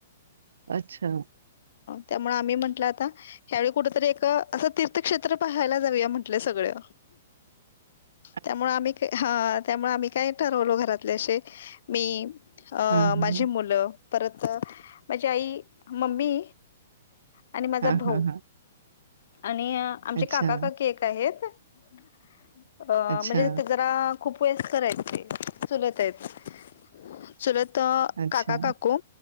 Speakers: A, on the right; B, on the left.
A: अच्छा.
B: त्यामुळे आम्ही म्हटलं आता. ह्यावेळी कुठेतरी एक असं तीर्थक्षेत्र पाहायला जाऊया म्हंटलं सगळं.
A: <inaudible>
B: त्यामुळे आम्ही का हा त्यामुळे आम्ही काय ठरवलो घरातले असे मी. अं
A: हां, हां.
B: माझी मुलं परत माझी आई मम्मी. आणि माझा
A: हां,
B: भाऊ
A: हां, हां.
B: आणि आमचे
A: अच्छा,
B: काका काकी एक. काय हे अ
A: अच्छा,
B: म्हणजे जरा. खूप वयस्कर हाय ते चुलत आहेत. चुलत अ
A: अच्छा.
B: काका काकू